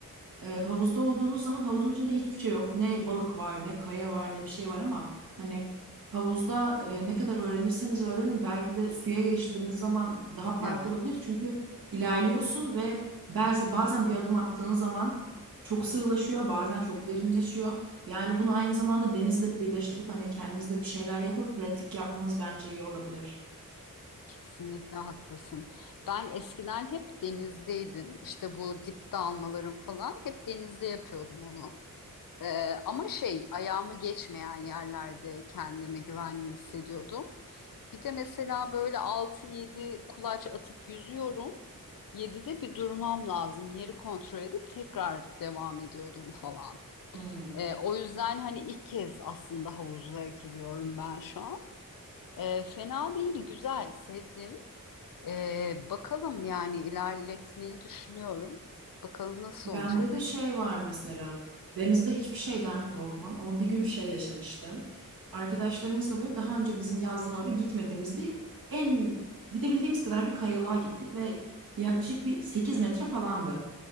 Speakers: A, on the right; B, on the left.
A: e, havuzda olduğunuz zaman havuzun içinde hiçbir şey yok. Ne balık var, ne kaya var, ne bir şey var ama hani havuzda e, ne kadar öğrenirseniz öğrenin belki de suya geçtiğiniz zaman daha farklı
B: evet.
A: olabilir. Çünkü ilerliyorsun ve bazı, bazen bir adım attığın zaman çok sığlaşıyor, bazen çok derinleşiyor. Yani bunu aynı zamanda denizle birleştirip hani kendinizde bir şeyler yapıp pratik yapmanız bence iyi olabilir.
B: Kesinlikle haklısın. Ben eskiden hep denizdeydim. İşte bu dip dalmalarım falan hep denizde yapıyordum onu. Ee, ama şey ayağımı geçmeyen yerlerde kendimi güvenli hissediyordum. Bir de mesela böyle altı yedi kulaç atıp yüzüyorum. 7'de bir durmam lazım. Yeri kontrol edip tekrar devam ediyordum falan.
A: Hmm.
B: Ee, o yüzden hani ilk kez aslında havuza giriyorum ben şu an. Ee, fena değil, güzel, sevdim. Ee, bakalım yani ilerletmeyi düşünüyorum. Bakalım nasıl
A: Bende
B: olacak.
A: de şey var mesela. Denizde hiçbir şeyden korkmam ama bir gün şey yaşamıştım. Arkadaşlarımızla böyle daha önce bizim yazdan oraya gitmediğimiz bir en gidebildiğimiz kadar bir kayalığa gittik ve yaklaşık bir 8 metre falandı